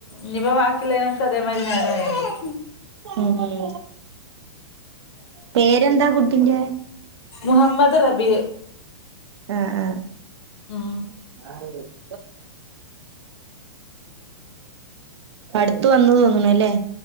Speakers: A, on the left; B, on the right.
A: ഇഞ്ഞിപ്പൊ വാക്കില്ലിനൊക്കെ അതേമാരി നേരം വെയ്കും.
B: ഉം, ഉം. പേരെന്താ കുട്ടിന്റെ?
A: മുഹമ്മദ് റബി
B: ആഹ്, ആഹ്.
A: ഉം
B: <unintelligible> അടുത്ത് വന്നു തോന്നുണുല്ലേ.